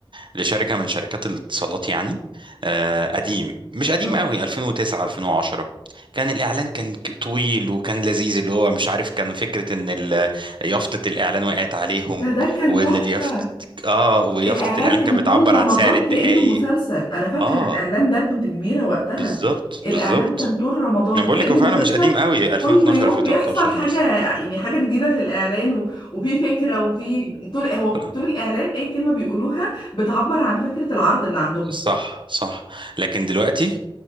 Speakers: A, on the right; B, on the left.
A: لشركه من شركات الاتصالات يعني آه قديم مش قديم
B: اه
A: قوي 2009 2010 كان الاعلان كان ك- طويل وكان لذيذ اللي هو مش عارف كان فكره ان ال- يافطه الاعلان وقعت عليهم
B: ده ده كان
A: وان
B: تحفة
A: اليافطه اه ويافطه
B: الإعلان
A: الاعلان
B: كان
A: كانت
B: طول
A: بتعبر
B: رمضان
A: عن سعر الدقايق
B: كأنه مسلسل أنا فاكرة
A: اه
B: الإعلان ده كنت كبيرة وقتها
A: بالظبط
B: الإعلان
A: بالظبط
B: كان طول رمضان
A: انا بقول
B: كأنه
A: لك هو فعلا
B: مسلسل
A: مش قديم قوي 2012
B: كل يوم
A: 2013
B: بيحصل حاجة
A: مثلا
B: يعني حاجة جديدة في الإعلان و- وفي فكرة وفي طول هو
A: صح
B: طول الإعلان أي كلمة بيقولوها بتعبر عن فكرة العرض اللي عندهم
A: صح صح لكن دلوقتي